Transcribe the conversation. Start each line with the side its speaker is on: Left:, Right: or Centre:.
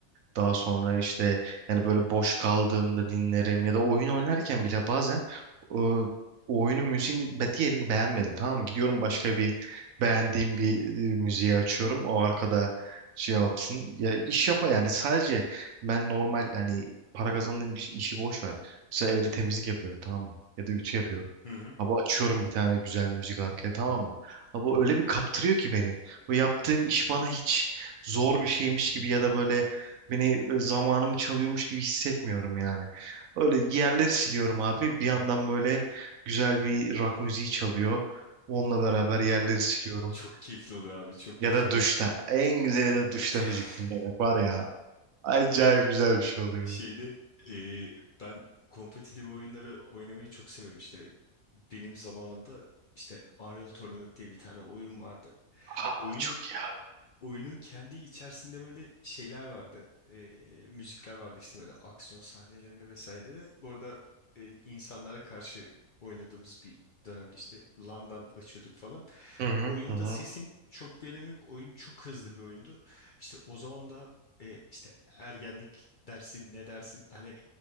Right: Daha sonra işte yani böyle boş kaldığımda dinlerim ya da oyun oynarken bile bazen e, o oyunun müziğini be- diyelim beğenmedim tamam mı? Gidiyorum başka
Left: Hı hı.
Right: bir beğendiğim bir e, müziği açıyorum. O arkada şey yapsın. Ya iş yapa yani sadece ben normal hani para kazandığım bir işi boş ver. Mesela evde temizlik yapıyorum tamam mı? Ya da ütü yapıyorum.
Left: Hı hı.
Right: Abi açıyorum bir tane güzel müzik arkaya tamam mı? Abi öyle bir kaptırıyor ki beni. Bu yaptığım iş bana hiç zor bir şeymiş gibi ya da böyle Beni e, zamanımı çalıyormuş gibi hissetmiyorum yani. Öyle yerleri siliyorum abi. Bir yandan böyle güzel bir rock müziği çalıyor. Onunla beraber yerleri
Left: Çok
Right: siliyorum.
Left: çok keyifli oluyor abi, çok keyifli
Right: Ya da
Left: oluyor.
Right: duşta. En güzeli de duşta
Left: <laughs>
Right: müzik dinlemek var ya. Acayip güzel bir şey oluyor.
Left: Şeyde e, ben kompetitif oyunları oynamayı çok severim işte. Benim zamanımda işte Unreal Tournament diye bir tane oyun vardı.
Right: Aa
Left: Oyunun
Right: çok ya.
Left: oyunun kendi içerisinde böyle şeyler vardı. Ee, müzikler vardı işte böyle aksiyon sahnelerinde vesaire de. Bu arada e, insanlara karşı oynadığımız bir dönemde işte LAN'dan açıyorduk falan.
Right: Hı hı
Left: Oyunda
Right: hı. hı.
Left: sesin çok bir önemi yok. Oyun çok hızlı bir oyundu. İşte o zaman da e, işte ergenlik dersin ne dersin hani